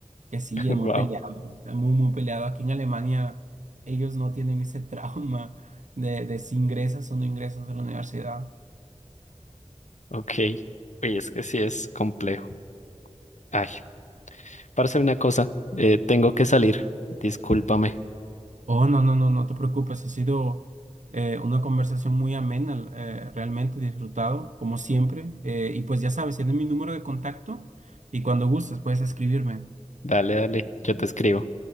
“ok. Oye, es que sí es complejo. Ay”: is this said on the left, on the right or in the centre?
Left